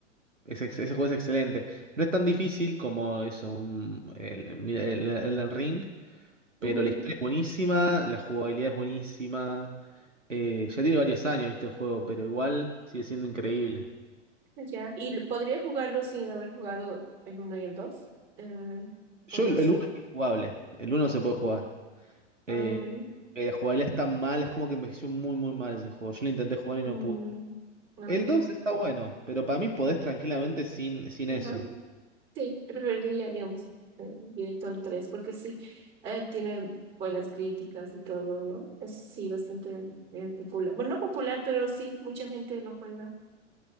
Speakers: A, on the right (about 85°); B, on the right (about 30°).
A: Ese, ese juego es excelente. No es tan difícil como eso, un, el, el- Elden Ring,
B: Ujú.
A: pero la historia es buenísima, la jugabilidad es buenísima. Eh, ya tiene varios años, este juego, pero igual sigue siendo increíble.
B: Ya, y lo- podría jugarlo sin haber jugado el uno y el dos Eh,
A: Yo,
B: o no
A: el,
B: sé.
A: el uno es injugable, el uno se puede jugar. Eh,
B: Ah, ok.
A: eh, la jugabilidad es tan mal, es como que envejeció muy, muy mal ese juego. Yo lo intenté jugar y
B: Mm,
A: no pude.
B: ah,
A: El
B: ok.
A: 2 está bueno, pero para mí podés tranquilamente sin, sin
B: Ajá.
A: eso.
B: Sí, preferiría, digamos, eh, directo al 3 porque sí, eh, tiene buenas críticas y todo, ¿no? Es sí bastante eh, popular. Bueno, no popular, pero sí, mucha gente lo juega.